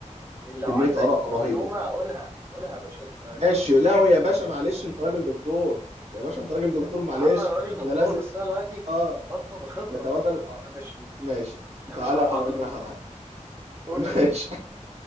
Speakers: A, on the right (about 20°); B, on the right (about 55°).
A: لو
B: كميه
A: عندك
B: اراء
A: معلومه
B: رهيبه
A: قولها قولها يا باشا انت
B: ماشي
A: تبقى بص
B: لا
A: تبقى
B: يا
A: خدمتني
B: باشا معلش انت راجل دكتور يا باشا انت راجل دكتور
A: يا,
B: معلش
A: يا عم انا راجل دكتور
B: احنا لازم
A: بس انا دلوقتي
B: اه
A: بطلب خبره
B: نتبادل آه،
A: انا مش
B: ماشي
A: انا
B: تعالى
A: مش في محاضره
B: اقول لك على حاجه
A: قول
B: ماشي
A: يا باشا